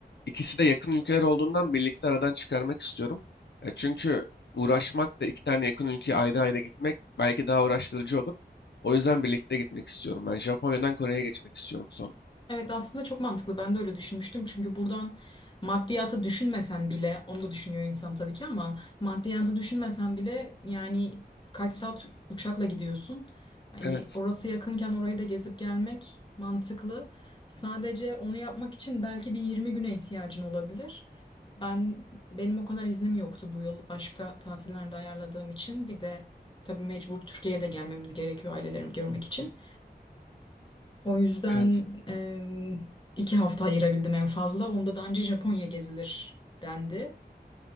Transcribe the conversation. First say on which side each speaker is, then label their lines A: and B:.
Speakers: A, on the left; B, on the left.
A: İkisi de yakın ülkeler olduğundan birlikte aradan çıkarmak istiyorum. E, çünkü uğraşmak da iki tane yakın ülkeye ayrı ayrı gitmek belki daha uğraştırıcı olur. O yüzden birlikte gitmek istiyorum. Ben Japonya'dan Kore'ye geçmek istiyorum sonra.
B: Evet aslında çok mantıklı. Ben de öyle düşünmüştüm. Çünkü buradan maddiyatı düşünmesen bile, onu da düşünüyor insan tabii ki ama maddiyatı düşünmesen bile yani kaç saat uçakla gidiyorsun? Hani
A: Evet,
B: orası yakınken orayı da gezip gelmek mantıklı. Sadece onu yapmak için belki bir 20 güne ihtiyacın olabilir. Ben benim o kadar iznim yoktu bu yıl başka tatillerde ayarladığım için. Bir de tabii mecbur Türkiye'ye de gelmemiz gerekiyor ailelerimi görmek için. O yüzden
A: evet,
B: em, iki hafta ayırabildim en fazla. Onda da anca Japonya gezilir dendi.